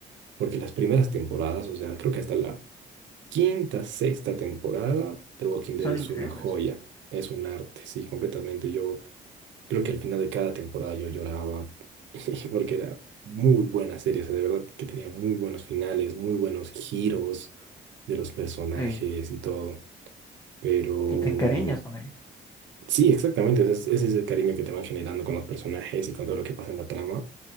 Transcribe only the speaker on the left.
son
increíbles.
Sí,
y te encariñas con ellos.